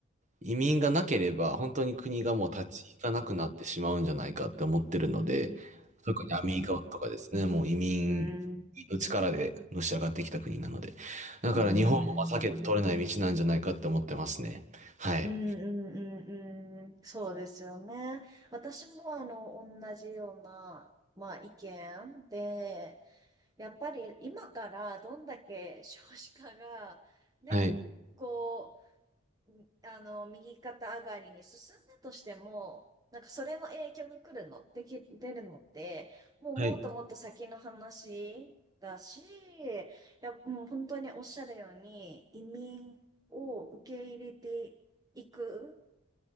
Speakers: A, on the right; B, on the right.
A: 移民がなければ、本当に国がもう立ち行かなくなってしまうんじゃないかって思ってるので、特にアメリカとかですね、もう移民
B: んうん
A: の力でのし上がってきた国なので。だから日本もまあ避けて取れない道なんじゃないかって思ってますね。
B: うーん。
A: はい。
B: うんうんうんうん。そうですよね。私もあの、同じような、まあ意見で、やっぱり今からどんだけ少子化が、ね、
A: はい。
B: こう、あの、右肩上がりに進んだとしても、なんかそれの影響が来るの、でき、出るのって、もうもっともっと先の話だし、
A: はい。
B: いや、もう本当におっしゃるように、移民を受け入れていく。